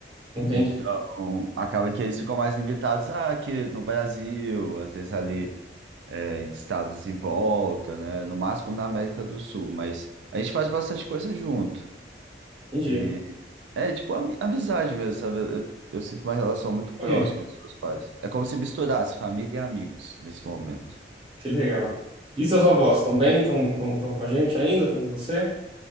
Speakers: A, on the right; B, on the right.
A: entendi,
B: Então, acaba que eles ficam mais limitados ah, aqui no Brasil, às vezes ali é, em estados em volta, né? No máximo na América do Sul, mas a gente faz bastante coisa junto.
A: entendi.
B: E é tipo ami- amizade mesmo, sabe? Eu, eu sinto uma relação muito próxima
A: É,
B: com os meus pais. É como se misturasse família e amigos nesse momento.
A: Que legal. E seus avós estão bem? Estão estão com a gente ainda? Estão com você?